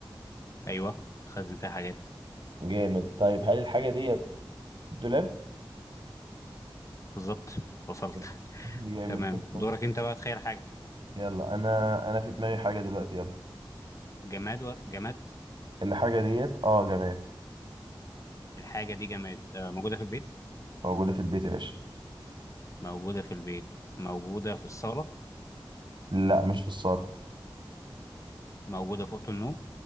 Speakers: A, on the left (about 35°); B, on the right (about 60°).
A: ايوه تخزن فيها حاجات
B: جامد طيب هل الحاجة ديت دولاب
A: بالظبط وصلت
B: <laughs> لا. جامد
A: تمام
B: ده الفل.
A: دورك انت بقى تخيل حاجة
B: يلا أنا أنا في دماغي حاجة دلوقتي يلا
A: جماد و... جماد
B: الحاجة ديت اه جماد
A: الحاجة دي جماد أه موجودة في البيت
B: موجودة في البيت يا باشا
A: موجودة في البيت موجودة في الصالة
B: لا مش في الصالة
A: موجودة في أوضة النوم